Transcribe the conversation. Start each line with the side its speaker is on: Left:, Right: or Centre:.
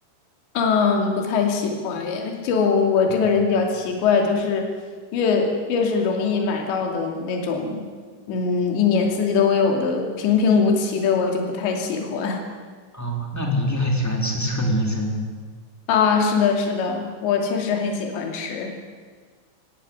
Left: 嗯，不太喜欢耶。就我这个人比较奇怪，
Centre: 嗯，
Left: 就是越越是容易买到的那种，嗯，一年四季都有的平平无奇的，我就不太喜欢。
Centre: 哦，那你一定很喜欢吃车厘子。
Left: 啊，是的，是的，我确实很喜欢吃，